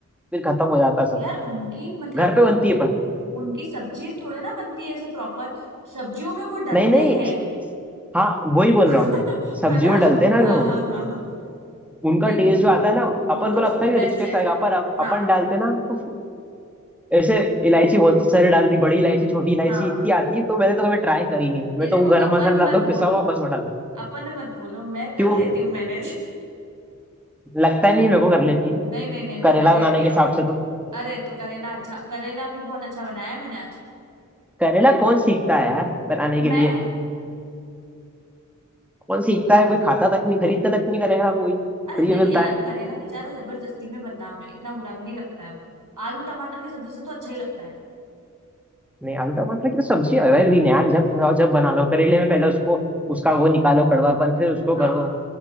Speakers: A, in the centre; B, on the right.
A: फिर खत्म हो जाता है सब
B: यार उनकी मतलब
A: घर पे बनती है पर
B: उनकी सब्जी थोड़े ना बनती है ऐसे प्रॉपर सब्जियों में वो डलते
A: नहीं नहीं
B: हैं
A: हाँ वही बोल
B: <laughs>
A: रहा हूँ मैं सब्जियों
B: है ना
A: में डालते हैं ना
B: हाँ
A: वो
B: हाँ हाँ
A: उनका
B: नहीं
A: टेस्ट जो आता है ना
B: वो
A: अपन
B: तो
A: को लगता है कि
B: बेस्ट
A: रिच टेस्ट
B: है
A: आएगा पर अप-
B: हाँ
A: अपन डालते ना <laughs> तो ऐसे इलायची बहुत सारी डाल दी बड़ी इलायची छोटी इलायची
B: हाँ
A: इतनी आती है तो मैंने तो कभी ट्राई करी नहीं
B: नहीं
A: मैं
B: देखो
A: तो वो गरम
B: अपन
A: मसाला लाता
B: मत
A: हूँ पिसा
B: बोलो
A: हुआ बस वो डाला
B: अपन मत बोलो मैं कर
A: क्यों
B: लेती हूँ मैनेज
A: लगता नहीं मेरे को कर लेती
B: <laughs> नहीं नहीं नहीं मैं
A: करेला
B: कर लेती
A: बनाने
B: हूँ
A: के हिसाब से तो
B: अरे तो करेला अच्छा करेला भी बहुत अच्छा बनाया है मैंने आज
A: करेला कौन सीखता है यार बनाने के
B: मैं
A: लिए कौन सीखता है कोई खाता तक नहीं खरीदता तक नहीं करेगा कोई
B: अरे
A: फ्री
B: नहीं
A: में मिलता
B: यार
A: है
B: करेला बेचारा जबरदस्ती में बदनाम है इतना बुरा भी नहीं लगता है वो आलू टमाटर की सब्जी से तो अच्छा ही लगता है
A: नहीं आलू टमाटर की तो सब्जी एवरग्रीन है यार जब खाओ जब बना लो करेले में पहले उसको उसका वो निकालो कड़वापन फिर उसको
B: हाँ
A: करो